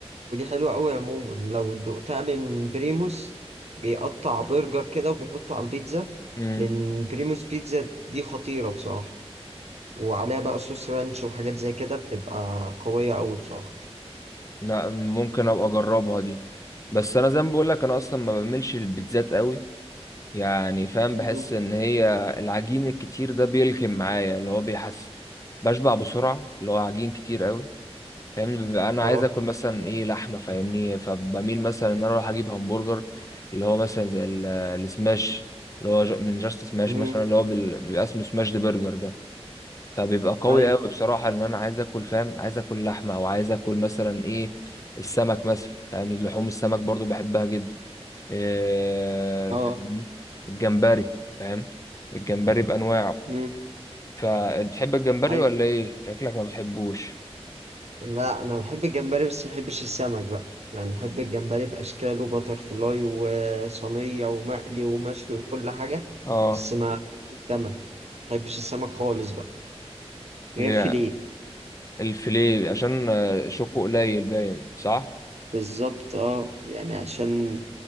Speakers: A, on the right; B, on the left.
A: ودي حلوة قوي عموما لو دقتها من بريموس بيقطع برجر كده وبيحطه على البيتزا
B: امم
A: من بريموس بيتزا دي خطيرة بصراحة وعليها بقى صوص رانش وحاجات زي كده بتبقى قوية أوي بصراحة
B: لا ممكن ابقى اجربها دي بس انا زي ما بقول لك انا اصلا ما بعملش البيتزات قوي يعني فاهم بحس
A: مم.
B: ان هي العجين الكتير ده بيلكم معايا اللي هو بيحس بشبع بسرعه اللي هو عجين كتير قوي فاهمني ببقى انا
A: اه
B: عايز اكل مثلا ايه لحمه فاهمني فبميل مثلا ان انا اروح اجيب همبرجر اللي هو مثلا زي ال- السماش اللي هو ج- من جاست سماش
A: مم.
B: مثلا اللي هو بال- بيبقى اسمه سماش دي برجر ده فبيبقى قوي
A: أيوه
B: قوي بصراحه ان انا عايز اكل فاهم عايز اكل لحمه او عايز اكل مثلا ايه السمك مثلا فاهم لحوم السمك برضو بحبها جدا آه،
A: اه
B: فاهمني الجمبري فاهم الجمبري بأنواعه
A: مم.
B: فبتحب الجمبري
A: أيوه
B: ولا ايه شكلك ما بتحبوش
A: لا أنا بحب الجمبري بس ما بحبش السمك بقى يعني بحب الجمبري بأشكاله باتر فلاي وصينية ومقلي ومشوي وكل حاجة
B: اه
A: بس ما بحبش السمك ما بحبش السمك خالص بقى غير
B: هي
A: فيليه
B: الفيليه عشان آه، شوكه قليل باين صح
A: بالظبط اه يعني عشان